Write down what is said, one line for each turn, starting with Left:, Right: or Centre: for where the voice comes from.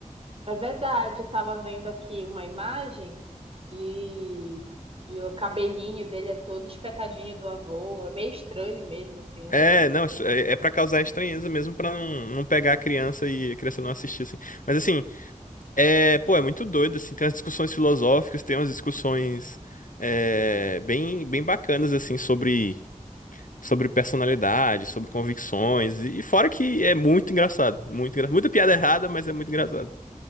Right: É verdade. Eu tava vendo aqui uma imagem e, e o cabelinho dele é todo espetadinho do avô. É meio estranho mesmo, assim, o
Left: É,
Right: rosto.
Left: não, isso é, é para causar estranheza mesmo, pra não, não pegar a criança e a criança não assistir, assim. Mas, assim, é, pô, é muito doido, assim, tem umas discussões filosóficas, tem umas discussões é, bem, bem bacanas, assim, sobre, sobre personalidade, sobre convicções, e, e fora que é muito engraçado, muito engraçado. Muita piada errada, mas é muito engraçado.